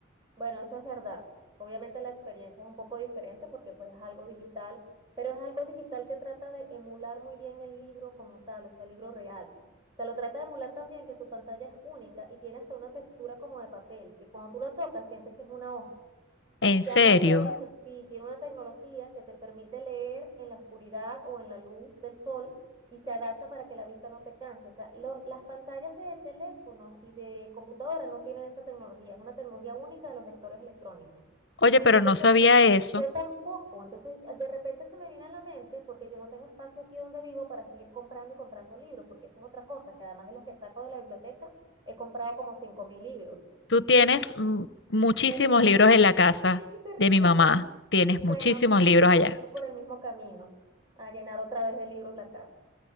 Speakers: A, on the right; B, on the left.
A: Bueno, eso es verdad. Obviamente la experiencia es un poco diferente porque pues es algo digital, pero es algo digital que trata de emular muy bien el libro como tal, o sea, el libro real. O sea, lo trata de emular también que su pantalla es única y tiene hasta una textura como de papel, que cuando tú la tocas sientes que es una hoja.
B: En
A: Y
B: serio.
A: aparte de eso, sí, tiene una tecnología que te permite leer en la oscuridad o en la luz del sol y se adapta para que la vista no te canse. O sea, los- las pantallas de teléfono y de computadora no tienen esa tecnología, es una tecnología única de los lectores electrónicos.
B: Oye, pero
A: Entonces,
B: no sabía eso.
A: yo tampoco. Entonces, de repente se me viene a la mente porque yo no tengo espacio aquí donde vivo para seguir comprando y comprando libros, porque esa es otra cosa, que además de los que saco de la biblioteca, he comprado como 5.000 libros.
B: Tú tienes
A: Entonces,
B: mm, muchísimos
A: terrible,
B: libros en la casa
A: <laughs> terrible,
B: de mi mamá.
A: sí.
B: Tienes
A: Bueno,
B: muchísimos libros
A: voy
B: allá.
A: por el mismo camino, a llenar otra vez de libros la casa.